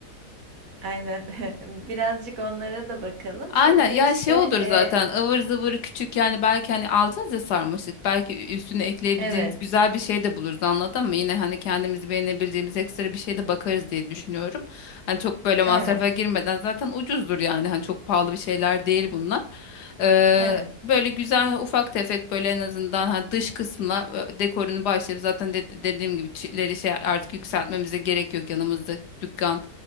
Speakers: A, on the right; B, on the left.
A: aynen <laughs> birazcık onlara da bakalım.
B: Aynen
A: Sonra
B: ya
A: işte
B: şey olur zaten
A: e,
B: ıvır zıvır küçük yani belki hani alacağız ya sarmaşık belki üstüne ekleyebileceğimiz
A: evet
B: güzel bir şey de buluruz anladın mı? Yine hani kendimizi beğenebileceğimiz ekstra bir şey de bakarız diye düşünüyorum. Hani çok böyle masrafa
A: evet
B: girmeden zaten ucuzdur yani hani çok pahalı bir şeyler değil bunlar. Ee,
A: evet
B: böyle güzel ufak tefek böyle en azından hani dış kısmına e, dekorunu başlayıp zaten de- dediğim gibi çitleri şey artık yükseltmemize gerek yok yanımızda dükkan